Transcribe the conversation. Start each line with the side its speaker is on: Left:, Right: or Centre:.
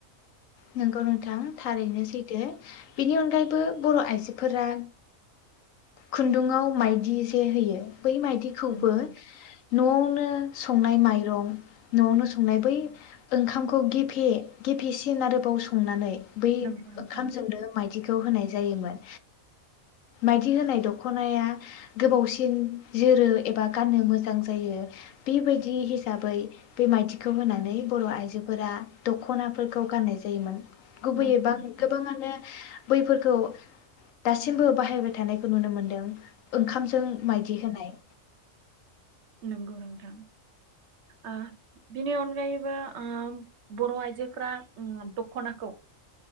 Left: नंगौ नोंथां थारैनो सैथो बेनि अनगायैबो बर' आइजोफोरा खुन्दुङाव माइदि जे होयो बै मायदिखौबो
Right: नोंगौ नोंथां
Left: न'आवनो संनाय माइरं न'आवनो संनाय बै ओंखामखौ गेफे गेफेसिन आरो गोबाव संनानै बै
Right: नंगौ नोंथां
Left: ओंखामजोंनो माइदि होनाय जायोमोन माइदि होनाय दखनाया गोबावसिन जोरो एबा गाननो मोजां जायो बेबायदि हिसाबै बे माइदिखौ होनानै बर' आइजोफोरा दखनाफोरखौ गाननाय जा योमोन गुबैयैबा
Right: नंगौ नोंथां
Left: गोबाङानो बैफोरखौ दासिमबो बाहायबाय थानायखौ नुनो मोन्दों ओंखामजों माइदि होनाय
Right: नंगौ नोंथां ओ बिनि अनगायैबो बर' आइजोफोरा दख'नाखौ